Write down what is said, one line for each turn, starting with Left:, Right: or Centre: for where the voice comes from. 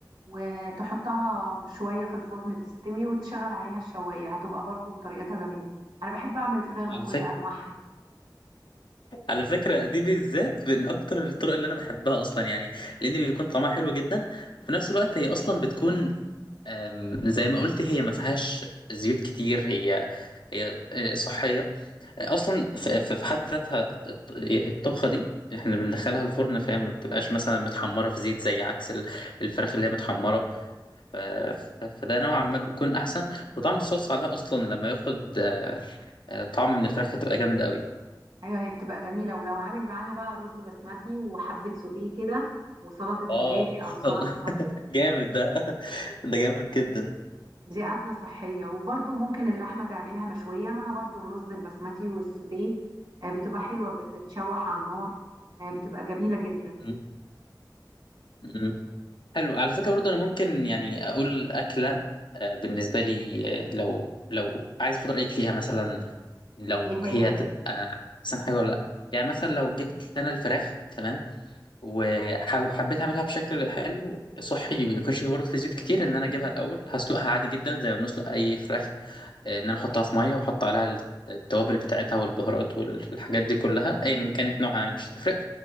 Right: وتحطها شويه في الفرن تستوي وتشغل عليها الشوايه هتبقى برضو طريقتها جميله انا بحب اعمل الفراخ بكل
Left: على فكرة
Right: انواعها
Left: على فكرة دي بالذات من أكتر الطرق اللي أنا بحبها أصلا يعني لأن بيكون طعمها حلو جدا وفي نفس الوقت هي أصلا بتكون آم، زي ما قلت هي ما فيهاش زيوت كتير هي هي آه، صحية اصلا في في- في حد ذاتها الط- الط- الطبخه دي احنا بندخلها الفرن فهي ما بتبقاش مثلا متحمره في زيت زي عكس ال- الفراخ اللي هي متحمره ف- ف- فده نوعا ما بيكون احسن وطعم الصلصه عليها اصلا لما ياخد آه، آه، طعم من الفراخ هتبقى جامده قوي
Right: ايوه هي بتبقى جميله ولو عامل معاها بقى رز بسمتي وحبه سوتيه كده وسلطه زبادي
Left: واو <laughs>
Right: او سلطه
Left: والله
Right: خضار
Left: جامد ده ده جامد جدا
Right: دي أكلة صحية وبرضو ممكن اللحمة تعملها مشوية مع برضو الرز البسمتي والسوتيه آه، بتبقى حلوة بتتشوح على النار آه، بتبقى جميلة جدا
Left: م- م. حلو على فكره برضه انا ممكن يعني اقول اكله آه، بالنسبه لي آه، لو لو عايز اخد رايك فيها مثلا لو
Right: ايه هي
Left: هي هتبقى احسن حاجه ولا لا يعني مثلا لو جبت انا الفراخ تمام وحبيت اعملها بشكل حلو صحي بيكونش برضه في زيوت كتير ان انا اجيبها الاول هسلقها عادي جدا زي ما بنسلق اي فراخ آه، ان انا احطها في ميه واحط عليها التوابل بتاعتها والبهارات والحاجات دي كلها ايا كانت نوعها إيه، مش هتفرق